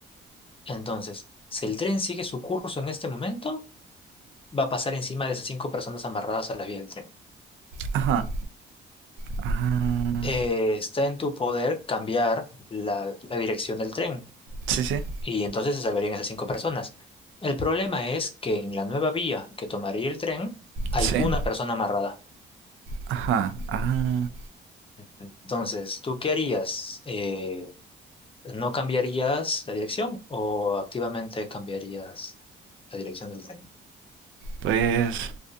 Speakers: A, on the left; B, on the right.
A: Entonces, si el tren sigue su curso en este momento, va a pasar encima de esas cinco personas amarradas a las vías del tren.
B: ajá. Ah,
A: Eh, está en tu poder cambiar la la dirección del tren.
B: sí, sí,
A: y entonces se salvarían esas cinco personas. El problema es que en la nueva vía que tomaría el tren hay
B: sí.
A: una persona amarrada.
B: Ajá, ah.
A: Entonces, ¿tú qué harías? Eh, ¿no cambiarías la dirección o activamente cambiarías la dirección del tren?
B: Pues